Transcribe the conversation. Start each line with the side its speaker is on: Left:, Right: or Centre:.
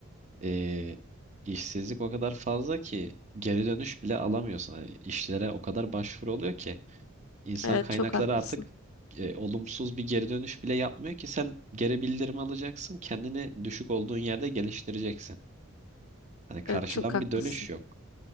Right: e, işsizlik o kadar fazla ki geri dönüş bile alamıyorsun. Hani işlere o kadar başvuru oluyor ki insan
Left: Evet
Right: kaynakları
Left: çok haklısın.
Right: artık e, olumsuz bir geri dönüş bile yapmıyor ki sen geri bildirim alacaksın. Kendini düşük olduğun yerde geliştireceksin. Hani karşıdan
Left: Evet çok haklısın.
Right: bir dönüş yok.